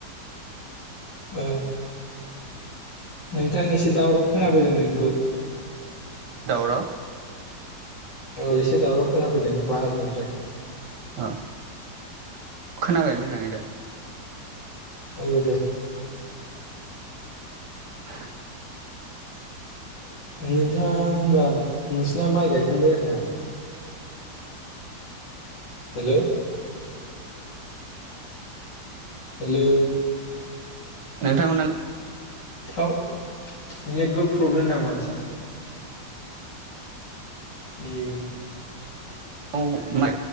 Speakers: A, on the left; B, on the right.
A: औ नोंथां एसे दावराब खोनाबोदों नोंखौ
B: दावराव
A: औ एसे दावराव खोना फैदों बाहारनिफ्राय
B: औ खोनाबाय मोजाङै दा?
A: औ दे
B: <inaudible>
A: नोंथाङा होनबा नोंसिना माइ गायखांबाय आरो ना? हेल' हेलौ
B: नोंथांमोना
A: थावत नेटबक प्रब्लेम नामा एसे? एये
B: औ माय